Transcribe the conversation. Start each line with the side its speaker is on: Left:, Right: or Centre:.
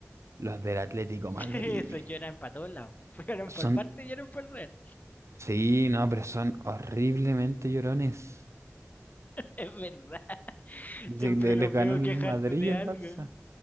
Right: los del Atlético Madrid.
Left: <laughs> eso lloran para todos lados. <laughs> Lloran
Right: Son
Left: por el Barça y lloran por el Real.
Right: Sí, no, pero son horriblemente llorones.
Left: Es verdad. <laughs>
Right: Le-
Left: Siempre
Right: le-
Left: los
Right: les ganó
Left: veo
Right: el
Left: quejarse
Right: Madrid
Left: de
Right: y el
Left: algo.
Right: Barça.